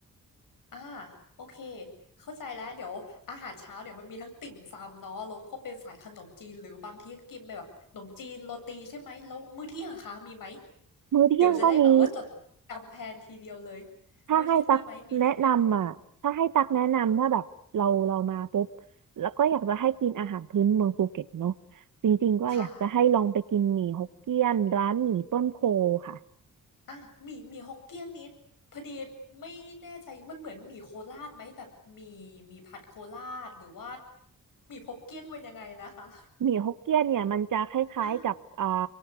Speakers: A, on the left; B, on the right.
A: อาโอเคเข้าใจแล้วเดี๋ยวอาหารเช้าเนี่ยวมันมีทั้งติ่มซำเนาะแล้วก็เป็นสายขนมจีนหรือบางทีก็กินไปแบบขนมจีนโรตีใช่ไหมแล้วมื้อเที่ยงอะคะมีไหม
B: มื้อเที่ยงก็มี
A: เดี๋ยวจะได้แบบว่าจดจำแพลนทีเดียวเลย
B: ถ้าให้ตักแนะนำอ่ะถ้าให้ตักแนะนำถ้าแบบเราเรามาปุ๊บ
A: มื้อเที่ยงมีไหมมีเที่ยงไหม
B: แล้วก็อยากจะให้กินอาหารพื้นเมืองภูเก็ตเนาะจริงๆก็อยากจะให้ลองไปกินหมี่ฮกเกี้ยนร้านหมี่ต้นโพ
A: ค่ะ
B: ค่ะ
A: อ่ะหมี่หมี่ฮกเกี้ยงนี้พอดีไม่แน่ใจมันเหมือนหมี่โคราชไหมแบบหมี่หมี่ผัดโคราชหรือว่าหมี่ฮกเกี้ยงเป็นยังไงนะคะ
B: หมี่ฮกเกี้ยนเนี่ยมันจะคล้ายๆกับอ่า
A: อ่ะ